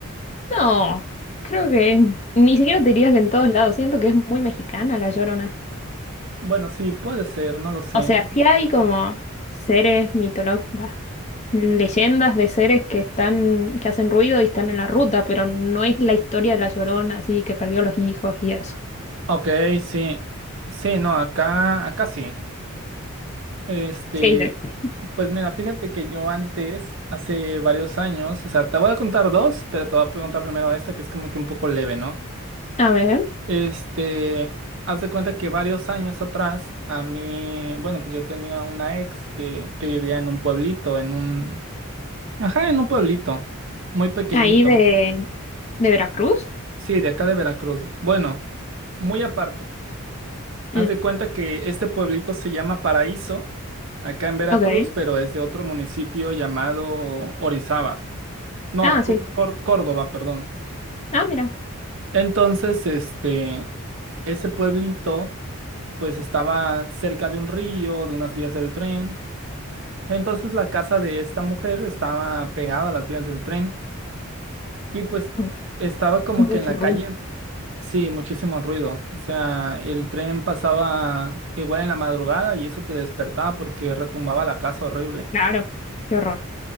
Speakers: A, on the left; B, on the right.
A: No, creo que ni siquiera te diría que en todos lados. Siento que es muy mexicana la Llorona.
B: Bueno, sí, puede ser, no lo sé.
A: O sea, sí hay como seres mitológicos, leyendas de seres que están, que hacen ruido y están en la ruta, pero no es la historia de la Llorona, así que perdió los hijos y eso.
B: Ok, sí. Sí, no, acá, acá sí. Este,
A: Sí, sí.
B: Pues mira, fíjate que yo antes, hace varios años, o sea, te voy a contar dos, pero te voy a contar primero esta que es como que un poco leve, ¿no?
A: A ver,
B: Este, haz de cuenta que varios años atrás, a mí, bueno, pues yo tenía una ex que, que vivía en un pueblito, en un, ajá, en un pueblito, muy pequeñito,
A: ahí de, de Veracruz.
B: sí, de acá de Veracruz. Bueno, muy aparte, haz
A: Mm,
B: de cuenta que este pueblito se llama Paraíso, acá en Veracruz,
A: ok.
B: pero es de otro municipio llamado Orizaba. No,
A: Ah,
B: Co-
A: sí.
B: Cór- Córdoba, perdón.
A: Ah, mira.
B: Entonces, este, ese pueblito, pues estaba cerca de un río, de unas vías del tren. Entonces, la casa de esta mujer estaba pegada a las vías del tren y pues
A: Uy,
B: estaba como
A: mucho
B: que en la
A: ruido.
B: calle, sí, muchísimo ruido. O sea, el tren pasaba igual en la madrugada y eso te despertaba porque retumbaba la casa horrible.
A: Claro. Qué horror.